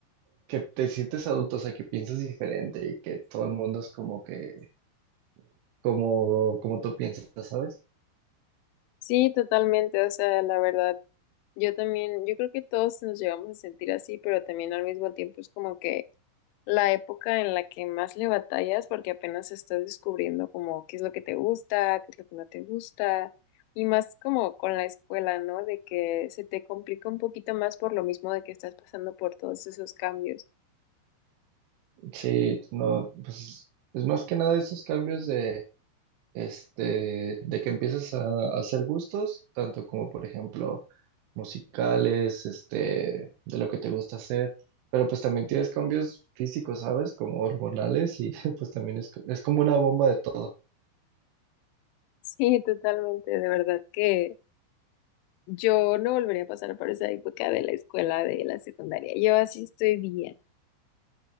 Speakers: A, on the right; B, on the left.
A: que te sientes adulto, o sea, que piensas diferente y que todo el mundo es como que, como, como tú piensas, ¿sabes?
B: Sí, totalmente. O sea, la verdad, yo también, yo creo que todos nos llegamos a sentir así, pero también al mismo tiempo es como que la época en la que más le batallas porque apenas estás descubriendo como qué es lo que te gusta, qué es lo que no te gusta y más como con la escuela, ¿no? De que se te complica un poquito más por lo mismo de que estás pasando por todos esos cambios. <laughs>
A: Sí, no, pues es más que nada esos cambios de, este, de que empiezas a, a hacer gustos, tanto como, por ejemplo, musicales, este, de lo que te gusta hacer. Pero pues también tienes cambios físicos, ¿sabes? Como hormonales y <laughs> pues también es, co- es como una bomba de todo.
B: Sí, totalmente, de verdad que yo no volvería a pasar por esa época de la escuela, de la secundaria. Yo así estoy bien.